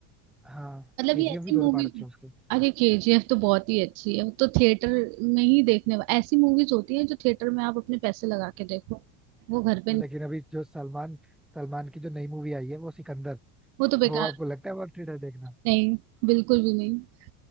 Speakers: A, in the centre; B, on the right (about 60°).
A: हाँ
B: मतलब
A: केजीएफ
B: ये ऐसी
A: भी दोनों
B: मूवीज
A: पार्ट अच्छे
B: है
A: हैं
B: अरे केजीएफ तो बहुत ही अच्छी है वो तो थिएटर में ही देखने वा- ऐसी मूवीज होती हैं जो थिएटर में आप अपने पैसे लगा के देखो वो घर पे नहीं
A: लेकिन अभी जो सलमान सलमान की जो नई मूवी आई है वो सिकंदर
B: वो तो बेकार
A: वो आपको लगता है वर्थ इट है देखना
B: नहीं बिल्कुल भी नहीं